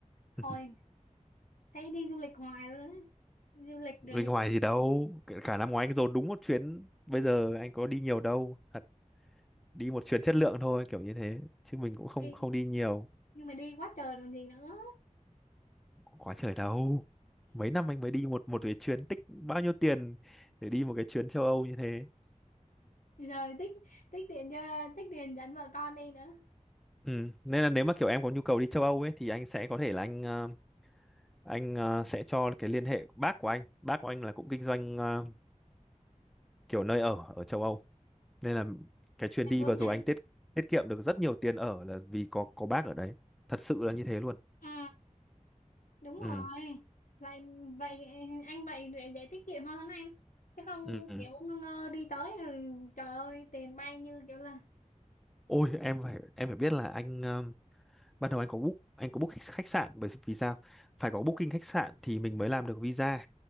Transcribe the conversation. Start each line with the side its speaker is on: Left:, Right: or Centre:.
Left: thôi
Centre: <laughs>
Left: thấy đi du lịch hoài luôn á du lịch
Centre: bên
Left: rồi
Centre: ngoài thì đâu cả cả năm ngoái anh dồn đúng một chuyến bây giờ anh có đi nhiều đâu thật đi một chuyến chất lượng thôi kiểu như thế chứ mình cũng không
Left: đi
Centre: không đi nhiều
Left: nhưng mà đi quá trời còn gì nữa
Centre: quá trời đâu mấy năm anh mới đi một một cái chuyến tích bao nhiêu tiền để đi một cái chuyến châu Âu như thế
Left: rồi tích tích tiền cho tích tiền dẫn vợ con đi nữa
Centre: ừ. nên là nếu mà kiểu em có nhu cầu đi châu Âu ấy thì anh sẽ có thể là anh ờ, anh ờ, sẽ cho cái liên hệ bác của anh bác của anh là cũng kinh doanh ờ, kiểu nơi ở ở châu Âu nên là cái chuyến
Left: anh
Centre: đi
Left: muốn
Centre: vừa rồi
Left: ha.
Centre: anh tiết tiết kiệm được rất nhiều tiền ở là vì có có bác ở đấy thật sự là như thế luôn
Left: à đúng
Centre: ừ
Left: rồi vậy vậy anh vậy để, để tiết kiệm hơn anh chứ không
Centre: ừ ừ.
Left: kiểu ngơ ngơ đi tới rồi, trời ơi tiền bay như kiểu là
Centre: ôi em phải em phải biết là anh um, ban đầu anh có book anh có book khách khách sạn bởi vì sao phải có booking khách sạn thì mình mới làm được visa